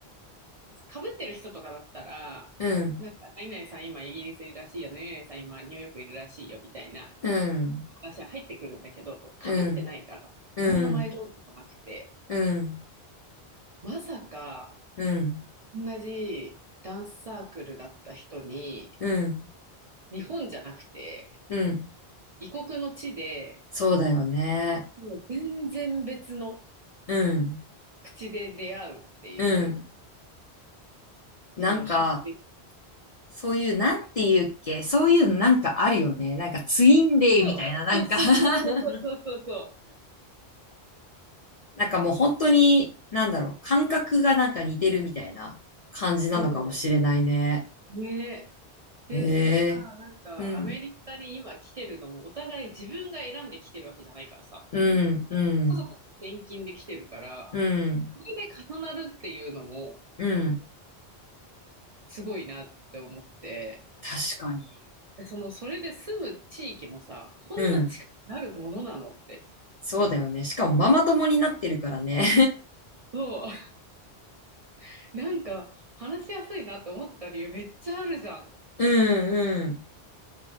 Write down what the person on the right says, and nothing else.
被ってる人とかだったら、
なんか、何々さん今イギリスいるらしいよね、何々さん今ニューヨークいるらしいよ、みたいな
話は入ってくるんだけど、
被ってないから、
何の前情報もなくて、
まさか、
同じダンスサークルだった人に、
日本じゃなくて、
異国の地で、
もう全然別の
口で出会うっていう、
その衝撃。
そう、
そうそうそうそうそうそうそうそう。
そう。ね。で、
そのさ、なんか、
アメリカに今来てるのも、お互い自分が選んで来てるわけじゃないからさ、
家族の転勤で来てるから、
それで重なるっていうのも、
すごいなって思って、
でその、それで住む地域もさ、こんな近くなるものなのって。
そう。<laughs> なんか、話しやすいなって思ってた理由めっちゃあるじゃん、
と思ってさ。